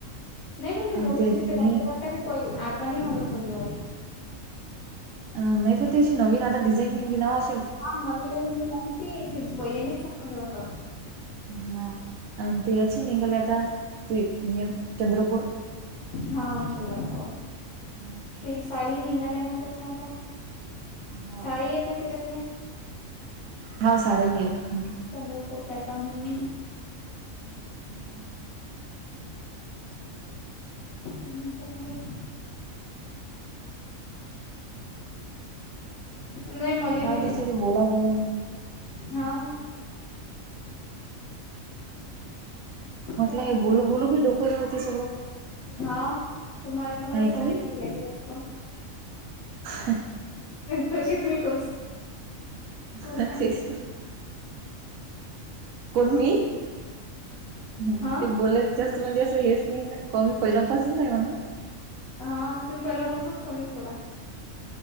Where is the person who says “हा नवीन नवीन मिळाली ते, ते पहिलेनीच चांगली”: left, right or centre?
Left